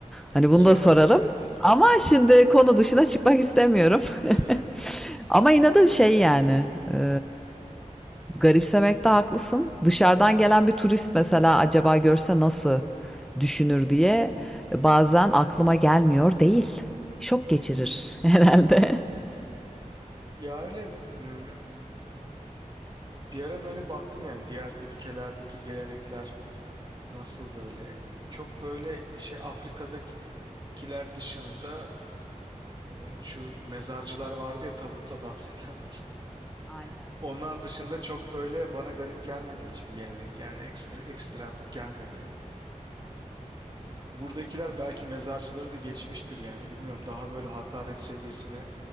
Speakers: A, in the centre; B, on the right (about 35°).
A: Hani
B: Yani
A: bunu da sorarım.
B: evet.
A: Ama şimdi konu dışına çıkmak istemiyorum.
B: <laughs>
A: <laughs> Ama yine de şey yani e, garipsemekte haklısın. Dışarıdan gelen bir turist mesela acaba görse nasıl düşünür diye e, bazen aklıma gelmiyor değil. Şok geçirir <laughs> herhalde.
B: Ya öyle hmm, bir ara böyle baktım yani diğer ülkelerdeki gelenekler nasıl böyle çok böyle şey Afrika'dakiler dışında Me- Şu mezarcılar vardı ya tabutla dans edenler.
A: Aynen
B: <laughs> Onlar dışında çok böyle bana garip gelmedi hiçbir gelenek yani ekstra ekstrem gelmedi. Buradakiler belki mezarcıları da geçmiştir yani bilmiyorum daha böyle hakaret seviyesine